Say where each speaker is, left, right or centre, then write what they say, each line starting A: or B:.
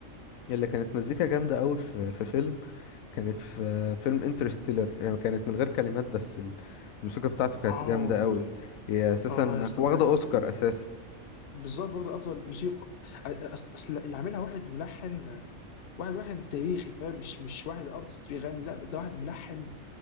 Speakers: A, on the left; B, on the left.
A: اللي كانت مزيكا جامدة قوي في في فيلم كانت في فيلم انترستيلر يعني كانت من غير كلمات بس ال- الموسيقى بتاعته كانت
B: اه
A: جامدة قوي هي اساسا
B: اه يا اسطى
A: واخدة
B: بجد
A: اوسكار اساسا
B: بالظبط واخد افضل موسيقى أص- اصل اللي عاملها واحد ملحن واحد ملحن تاريخي فاهم مش مش واحد ارتست بيغني لا ده واحد ملحن